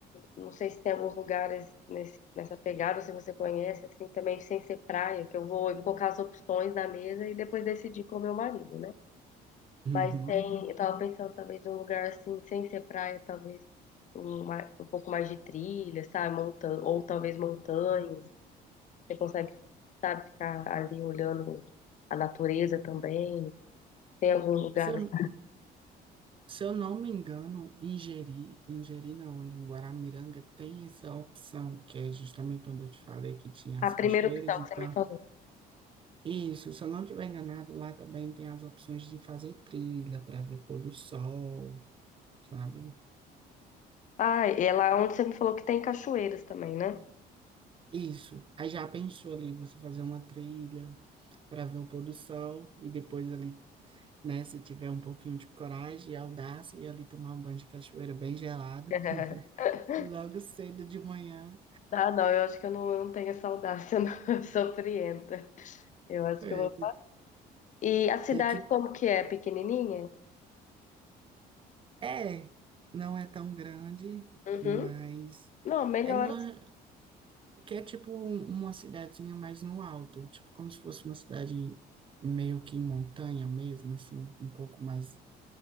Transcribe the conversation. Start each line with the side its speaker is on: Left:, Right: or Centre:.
Left: Não sei se tem alguns lugares nesse, nessa pegada, se você conhece, assim, também sem ser praia, que eu vou, eu vou colocar as opções na mesa e depois decidir com o meu marido, né?
Right: Uhum.
Left: Mas tem, eu tava pensando talvez um lugar assim, sem ser praia, talvez um, ma- um pouco mais de trilha, sabe? Montan ou talvez montanhas. Você consegue, sabe, ficar ali olhando a natureza também. Tem algum lugar
Right: Se eu
Left: assim.
Right: Se eu não me engano, em Jeri, em Jeri não, em Guaramiranga tem essa opção, que é justamente onde eu te falei que tinha
Left: A
Right: as cachoeiras
Left: primeira opção
Right: e
Left: que
Right: tal.
Left: você me falou.
Right: Isso, se eu não estiver enganado, lá também tem as opções de fazer trilha para ver pôr do sol, sabe?
Left: Ah, e é lá onde você me falou que tem cachoeiras também, né?
Right: Isso. Aí já pensou ali você fazer uma trilha para ver o pôr do sol e depois ali, né, se tiver um pouquinho de coragem e audácia e ali tomar um banho de cachoeira bem gelado,
Left: <laughs>
Right: logo cedo de manhã.
Left: Ah, não, eu acho que eu não, eu não tenho essa audácia, não. <laughs> Eu sou frienta. Eu acho
Right: É,
Left: que eu vou. E a cidade
Right: tem que
Left: como que é? Pequenininha?
Right: É, não é tão grande,
Left: Uhum.
Right: mas
Left: Não, melhor.
Right: é numa,
Left: assim.
Right: que é tipo um- uma cidadezinha mais no alto, tipo como se fosse uma cidade meio que em montanha mesmo, assim, um pouco mais